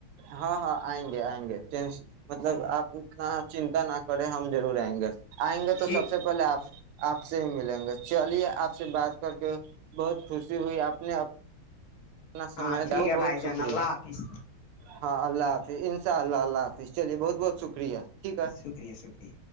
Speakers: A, on the right; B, on the left.
A: ہاں ہاں آئیں گے آئیں گے مطلب آپ اتنا چنتا نہ کریں ہم ضرور آئیں گے آئیں گے تو
B: ٹھیک
A: سب سے پہلے آپ آپ سے ہی ملیں گے چلیے آپ سے بات کر کے بہت خوشی ہوئی آپ نے انا سم
B: ہاں ٹھیک
A: بہت
B: ہے بھائی
A: بہت
B: جان
A: شکریہ
B: اللہ حافظ
A: ہاں اللہ حافظ ان شاء اللہ اللہ حافظ چ بہت بہت شکریہ ٹھیک ہے
B: شکریہ شکریہ